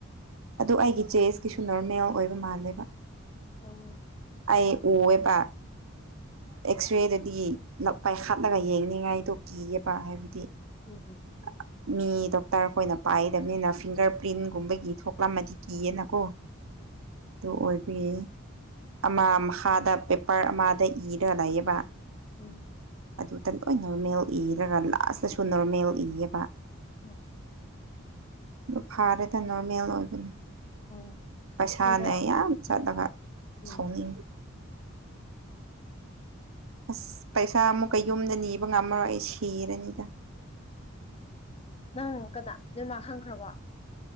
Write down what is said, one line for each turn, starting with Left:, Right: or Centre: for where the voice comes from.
Right: ꯑꯗꯨ ꯑꯩꯒꯤ ꯆꯦꯁꯀꯤꯁꯨ ꯅꯣꯔꯃꯦꯜ ꯑꯣꯏꯕ ꯃꯥꯜꯂꯦꯕ
Left: ꯑꯣ
Right: ꯑꯩ ꯎꯑꯦꯕ ꯑꯦꯛꯁ꯭ꯔꯦꯗꯗꯤ ꯂꯒ ꯍꯥꯞꯄꯒ ꯌꯦꯡꯅꯤꯡꯉꯥꯏꯗꯣ ꯀꯤꯌꯦꯕ ꯍꯥꯏꯕꯗꯤ
Left: ꯎꯝ ꯎꯝ
Right: ꯑꯥ ꯃꯤ ꯗꯣꯛꯇꯔ ꯑꯩꯈꯣꯏꯅ ꯄꯥꯏꯗꯕꯅꯤꯅ ꯐꯤꯡꯒꯔ ꯄ꯭ꯔꯤꯟꯒꯨꯝꯕꯒꯤ ꯊꯣꯛꯂꯝꯃꯗꯤ ꯀꯤꯌꯦꯅꯀꯣ
Left: ꯎꯝ
Right: ꯑꯣꯏꯕꯤꯌꯦ ꯑꯃꯥꯗ ꯄꯦꯄꯔ ꯑꯃꯗ ꯏꯔ ꯂꯩꯌꯦꯕ
Left: ꯎꯝ
Right: ꯑꯗꯨꯗ ꯂꯣꯏ ꯅꯣꯔꯃꯦꯜ ꯏꯔꯒ ꯂꯥꯁꯇꯁꯨ ꯅꯣꯔꯃꯦꯜ ꯏꯌꯦꯕ
Left: ꯎꯝ
Right: ꯑꯗꯨ ꯐꯥꯔꯦꯗ ꯅꯣꯔꯃꯦꯜ ꯑꯣꯏꯕꯅꯦ
Left: ꯎꯝ
Right: ꯄꯩꯁꯥꯅ
Left: ꯍꯣꯏꯗ
Right: ꯌꯥꯝ ꯆꯠꯂꯒ
Left: ꯎꯝ
Right: ꯁꯥꯎꯅꯤꯡꯉꯤ ꯑꯁ ꯄꯩꯁꯥ ꯑꯃꯨꯛꯀ ꯌꯨꯝꯗ ꯅꯤꯕ ꯉꯝꯃꯔꯣꯏ ꯑꯩ ꯁꯤꯔꯅꯤꯗ
Left: ꯅꯪ ꯀꯅꯥ ꯅꯣꯏꯃ ꯈꯪꯈ꯭ꯔꯕꯣ